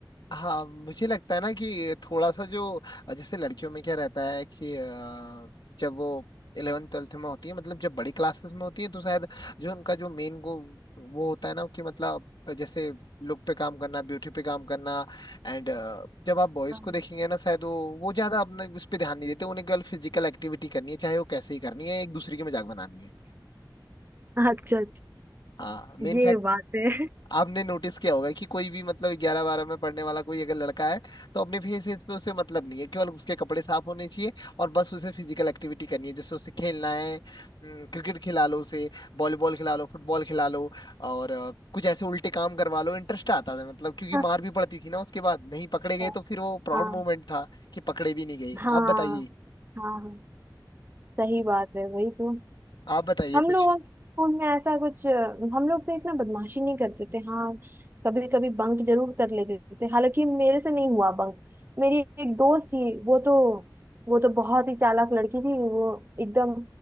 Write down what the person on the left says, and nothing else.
हाँ मुझे लगता है ना कि थोड़ा सा जो जैसे लड़कियों में क्या रहता है कि अ, जब वो इलेवन ट्वेल्थ में होती है मतलब जब बड़ी क्लासेस में होती है तो शायद जो उनका जो मेन गो वो होता है ना कि मतलब जैसे लुक पे काम करना ब्यूटी पे काम करना एंड जब आप बॉयज
को देखेंगे ना शायद वो वो ज्यादा अपने उस पे ध्यान नहीं देते उन्हें केवल फिजिकल एक्टिविटी करनी है चाहे वो कैसे ही करनी है एक दूसरे की मजाक बनानी है
हाँ मेन
आपने नोटिस किया होगा कि कोई भी मतलब ग्यारह बारह में पढ़ने वाला कोई अगर लड़का है तो अपने फेसेस पे उसे मतलब नहीं है केवल उसके कपड़े साफ होने चाहिए और बस उसे फिजिकल एक्टिविटी करनी है जैसे उसे खेलना है क्रिकेट खिला लो उसे वॉलीबॉल खिला लो फुटबॉल खिला लो और अ, कुछ ऐसे उल्टे काम करवा लो इंटरेस्ट आता था मतलब क्योंकि
मार भी पड़ती थी ना उसके बाद नहीं पकड़े गए
तो फिर वो प्राउड
मोमेंट था कि पकड़े भी नहीं गए
आप बताइए
आप बताइए
कुछ